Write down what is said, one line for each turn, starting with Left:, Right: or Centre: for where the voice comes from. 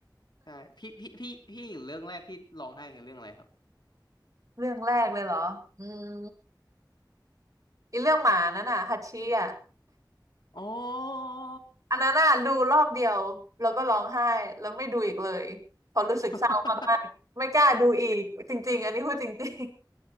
Left: ใช่พี่พี่พี่พี่เรื่องแรกที่ร้องไห้คือเรื่องอะไรครับ
Right: <laughs> เรื่องแรกเลยเหรออืมอีเรื่องหมานั่นน่ะฮัตชี่อ่ะ
Left: อ๋อ
Right: อันนั้นน่ะดูรอบเดียวแล้วก็ร้องไห้แล้วไม่ดูอีกเลยเพอรู้สึกเศร้ามากๆไม่กล้าดูอีกจริงๆอันนี้พูดจริง
Left: <laughs>